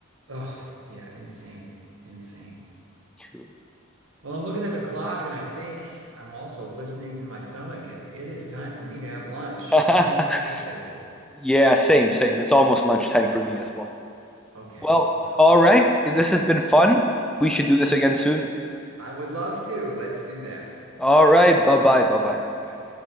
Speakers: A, on the right (about 85°); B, in the centre.
A: Oh, yeah, insane, insane.
B: True.
A: Well, I'm looking at the clock and I think I'm also listening to my stomach, and it is time for me to have lunch.
B: <laughs>
A: I don't know about your schedule.
B: Yeah, same, same. It's almost lunchtime for me as well.
A: Okay.
B: Well,
A: Well,
B: all right. This has been fun. We should do this again soon.
A: I would love to. Let's do that.
B: All right. Bye-bye. Bye-bye.
A: Bye.